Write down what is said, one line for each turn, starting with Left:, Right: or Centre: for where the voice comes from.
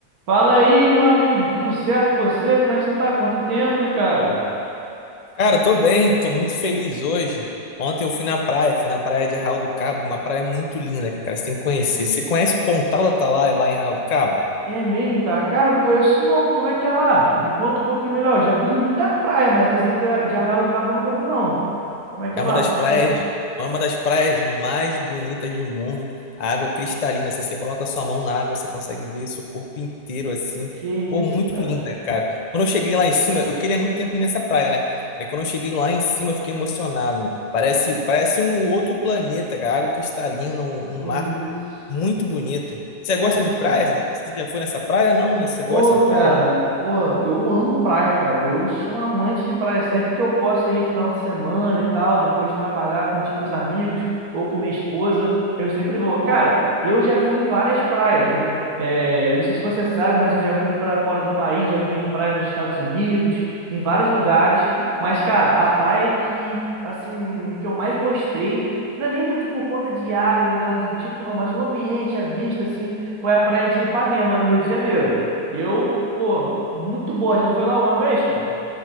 Right: Fala aí, meu amigo, tudo certo com você? Como é que você tá? Quanto tempo, hein, cara?
Left: Cara, tô bem, tô muito feliz hoje. Ontem eu fui na praia, fui na praia de Arraial do Cabo, uma praia muito linda, cara, você tem que conhecer. Você conhece Pontal da Atalaia lá em Arraial do Cabo?
Right: É mesmo, cara? Cara, não conheço não. Como é que é lá? Me conta um pouquinho melhor. Já fui em muita praia, mas essa aí da- de Arraial do Cabo eu nunca fui, não. Como é que
Left: É
Right: é
Left: uma
Right: lá?
Left: das
Right: Fala
Left: praias,
Right: pra mim.
Left: é uma das praias mais bonitas do mundo. A água é cristalina, você, você coloca sua mão na água, você consegue ver seu corpo inteiro assim.
Right: Que isso,
Left: Pô, muito
Right: cara?
Left: linda, cara. Quando eu cheguei lá em cima, eu queria muito tempo ir nessa praia, né? Aí quando eu cheguei lá em cima, eu fiquei emocionado, mano. Parece, parece um outro planeta, cara. Água cristalina, um,
Right: Que
Left: um mar
Right: isso?
Left: Muito bonito. Você
Right: Pô,
Left: gosta de praia?
Right: cara.
Left: Você você já foi nessa praia? Não, né? Você gosta
Right: Pô,
Left: de praia?
Right: cara, pô, eu amo praia, cara. Eu sou um amante de praia. Sempre que eu posso aí, final de semana e tal, depois de trabalhar, curtir com os amigos ou com minha esposa, eu sempre vou. Cara, eu já fui em várias praias, né? É, eu não sei se você sabe, mas eu já fui para fora do país, já fui em praia nos Estados Unidos, em vários lugares. Mas, cara, a praia que, assim, que eu mais gostei, não é nem muito por conta de água nem nada do tipo, não, mas o ambiente, a vista, assim, foi a praia de Ipanema, no Rio de Janeiro. Eu, pô, muito boa. Já foi lá uma vez, cara?